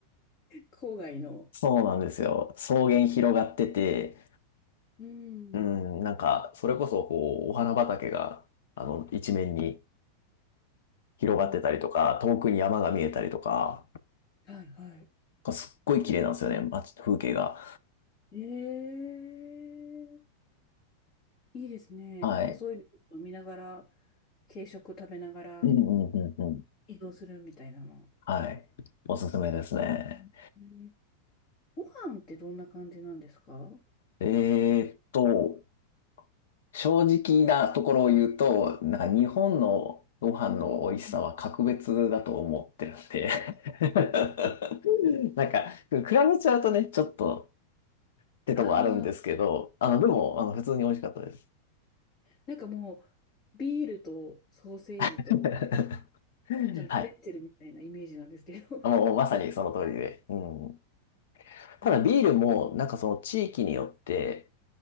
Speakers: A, on the left (about 45°); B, on the left (about 75°).
A: 郊外の。
B: そうなんですよ。草原広がってて、
A: うん。
B: うん、なんか、それこそこう、お花畑が、あの、一面に広がってたりとか、
A: うんうん。
B: 遠くに山が見えたりとか、
A: はいはい。
B: すっごい綺麗なんですよね、街、風景が。
A: ええいいですね。
B: はい。
A: なんかそういうのを見ながら、軽食食べながら
B: うんうんうんうん。
A: 移動するみたいなの。
B: はい。おすすめですね。
A: えええご飯ってどんな感じなんですか
B: えーっと、正直なところを言うと、なんか日本のご飯の美味しさは格別だと思ってるんで
A: <laughs>
B: <laughs> なんか、比べちゃうとね、ちょっとってとこあるんですけど、
A: ああー、
B: あの、でも、あの、普通に美味しかったです。
A: なんかもう、ビールとソーセージと、
B: <laughs>
A: あのプレッツェルみたいなイメージなんですけど。
B: はい。もう、
A: <laughs>
B: まさにその通りで。うん。ただビールもなんかその地域によって
A: ええ。